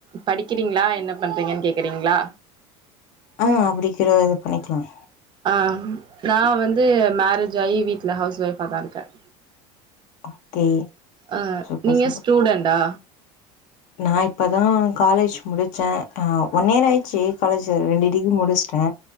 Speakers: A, on the right; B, on the left.
A: படிக்கிறீங்களா என்ன பண்றீங்கன் கேக்கிறீங்ளா
B: ஆ அப்டிக்கிற இது பண்ணிக்லாம்
A: ஆ நா வந்து மேரேஜ் ஆகி வீட்ல ஹவுஸ் ஒய்ஃப்பா தா இருக்கேன்
B: ஓகே
A: அ
B: சூப்பர்
A: நீங்க
B: சூப்பர்
A: ஸ்டூடெண்டா
B: நா இப்ப தான் காலேஜ் முடிச்சே ஆ ஒன் இயர் ஆயிச்சி காலேஜ் ரெண்டு டிகிரி முடிச்ட்டே